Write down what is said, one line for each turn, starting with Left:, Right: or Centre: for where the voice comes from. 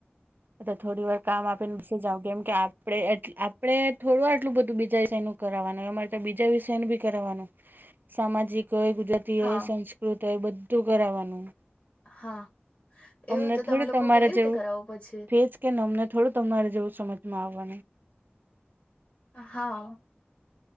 Right: એટલે થોડી વાર કામ આપેનેસે જાવ કેમ કે આપડે આપડે થોડું આટલું બધું બીજાય છે એનું કરાવનું એમાંરે તો બીજા વિષય ન ભી કરવાનું સામાજિક હોય, ગુજરાતી હોય,
Left: હા
Right: સંસ્ કૃત એ બધું કરાવવાનું.
Left: હા. એવું
Right: અમને
Left: તો
Right: થોડી
Left: તમે લોકો
Right: તમારે
Left: કેવી રીતે
Right: જેવું
Left: કરાવો પછી?
Right: ભેજ કે ને અમને થોડું તમારે જેવું સમજમાં આવવાનું
Left: હા.